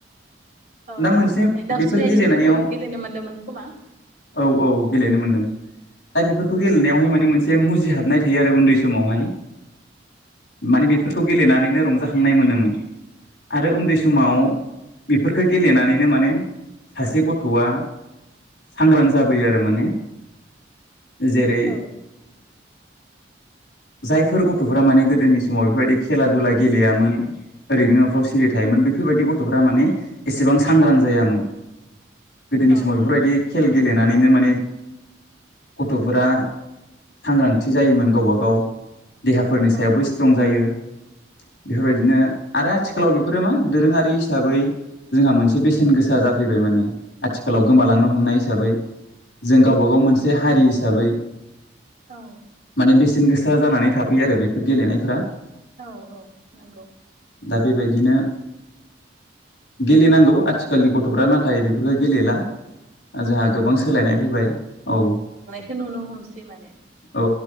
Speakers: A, on the right; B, on the left.
A: औ
B: दा मोनसे
A: जेरैहाय दाउस्रि
B: बेफोर
A: आथिंफोरखौबो
B: गेलेनायाव
A: गेलेनो मोन्दोंमोन खोमा
B: औ औ गेलेनो मोनदों दा बेफोर खौ गेलेनायावहाय
A: औ
B: माने मोनसे मुजिहाबनाय थायो आरो उन्दै समावहाय मानि
A: औ
B: बेफोरखौ गेलेनानैनो रंजाखाङो नाय मोनोमोन आरो उन्दै समाव
A: औ
B: बि बेफोरखौ गेलेनानैनो माने सासे गथ'आ सांग्रां जाबोयो आरो माने जेरै
A: औ
B: जायफोर गथ'फोरा माने गोदोनि समाव बेफोरबायदि खेला दुला गेलेयामोन ओरैनो सिरि थायोन बेफोरबायदि गथ' फ्रा माने एसेबां सांग्रां जायामोन गोदोनि
A: औ
B: समाव बेफोरबायदि खेल गेलेनाय नैनो माने गथ'फोरा सांग्रांथि जायोमोन गावबा गाव देहाफोरनि
A: औ
B: सायावबो स्ट्रं जायो बेफोरबायदिनो आरो आथि बेफोरो मा दोरोंङारि हिसाबै जोंहा मोनसे बेसेन गोसा जाफैबाय माने आथिखालाव गोमालांनो
A: औ
B: हमनाय हिसाबै जों गावबा गाव मोनसे हारि हिसाबै
A: औ
B: माने बेसेन गोसा जानानै थाफैयो आरो बेफोर गेलेनायफोरा
A: औ-औ नंगौ
B: दा बेबायदिनो गेलेनांगौ आथिखालनि गथफ्रा नाथाय बेफोरखौ गेलेला जोंहा गोबां सोलायनाय फैबाय औ
A: खौ नुनो हमसै माने
B: औ